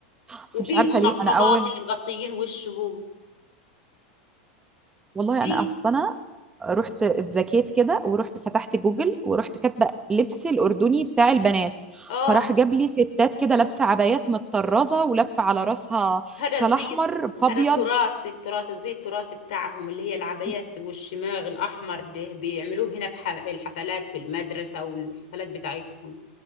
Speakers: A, on the right; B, on the left.
A: بس
B: وفيه
A: مش عارفه
B: المنقبات
A: ليه انا اول
B: اللي مغطيين وشهم
A: والله
B: فيه
A: انا اصلا رحت اتزكيت كده ورحت فتحت جوجل ورحت كاتبه لبس الاردني بتاع البنات
B: اه
A: فراح جاب لي ستات كده لابسه عبايات متطرزه ولفه على راسها
B: هذا
A: شال
B: الزي
A: احمر فابيض
B: هذا التراث التراث الزي التراثي بتاعهم اللي هي العبايات
A: ي-
B: والشماغ الأحمر ده بيعملوه هنا في ح- في الحفلات في المدرسة والحفلات بتاعتهم